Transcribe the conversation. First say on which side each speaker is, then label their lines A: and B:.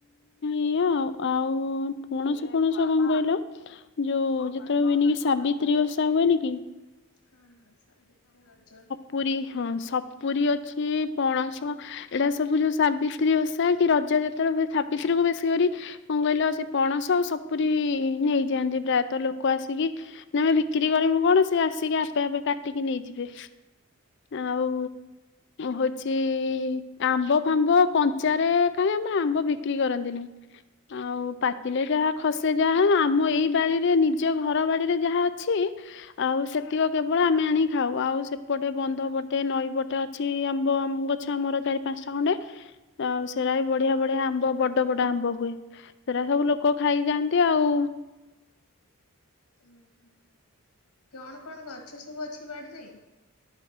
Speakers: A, on the left; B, on the left.
A: ଏଇଆ ଆଉ ପଣସ ଫଣସ କଣ କହିଲ ଯୋଉ ଯେତେବେଳେ ହୁଏନି କି ସାବିତ୍ରୀ ଓଷା ହୁଏନି କି।
B: ହଁ ହଁ ସାବିତ୍ରୀ ରଜ
A: ପୁରୀ ହଁ ସପୁରୀ ଅଛି ପଣସ ଏଇଟା ସବୁ ଯୋଉ ସାବିତ୍ରୀ ଓଷା କି ରଜ ଯେତେବେଳେ ହୁଏ ସାବିତ୍ରୀ କ ବେଶୀ କରି କଣ କହିଲ ସେ ପଣସ ସପୁରି ନେଇଯାଆନ୍ତି ପ୍ରାୟତଃ ଲୋକ ଆସିକି। ଆମେ ବିକ୍ରି କରିବୁ କଣ ସେ ଆସିକି ଆପେ ଆପେ କାଟିକି ନେଇଯିବେ।
B: ଓହୋ
A: ଆଉ ହଉଛି। ଆମ୍ବ ଫାମ୍ବ କଞ୍ଚା ରେ କାହିଁ ଆମେ ଆମ୍ବ ବିକ୍ରି କରନ୍ତିନି। ଆଉ ପାଚିଲେ ଯାହା ଖସେ ଯାହା ଆମ ଏଇ ବାଡିରେ ନିଜ ଘର ବାଡିରେ ଯାହା ଅଛି ଆଉ ସେତିକ କେବଳ ଆମେ ଆଣି ଖାଉ ଆଉ ସେପଟେ ବନ୍ଧ ପଟେ ନଈ ପଟେ ଅଛି ଆମ୍ବ ଗଛ ଆମର ଚାରି ପାଞ୍ଚଟା ଖଣ୍ଡେ ଆଉ ସେରା ବି ବଢିଆ ବଢିଆ ଆମ୍ବ ବଡ ବଡ ଆମ୍ବ ହୁଏ ସେରା ସବୁ ଲୋକ ଖାଇଯାଆନ୍ତି ଆଉ।
B: ହଁ ହୁଁ କଣ କଣ ଗଛ ସବୁ ଅଛି ବାଡ଼ିରେ